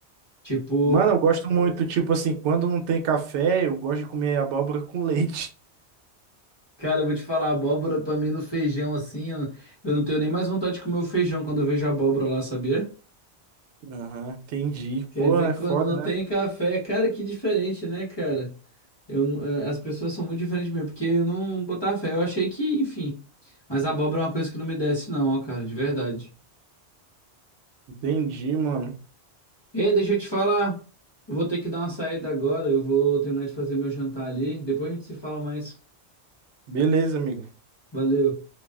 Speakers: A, on the left; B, on the right.
A: Tipo,
B: Mano, eu gosto muito, tipo assim, quando não tem café, eu gosto de comer abóbora com leite.
A: cara, eu vou te falar, abóbora pra mim no feijão assim, eu, eu não tenho nem mais vontade de comer o feijão quando eu vejo abóbora lá, sabia?
B: Aham, entendi.
A: Quer
B: Pô,
A: dizer
B: é
A: que
B: foda,
A: quando não
B: né?
A: tem café, cara, que diferente, né, cara? Eu, n- eh, as pessoas são muito diferentes mesmo, porque eu não botava fé. Eu achei que, enfim. Mas abóbora é uma coisa que não me desce, não, ó, cara, de verdade.
B: Entendi, mano.
A: Ei, deixa eu te falar. Eu vou ter que dar uma saída agora. Eu vou terminar de fazer meu jantar ali. Depois a gente se fala mais.
B: Beleza, amigo.
A: Valeu.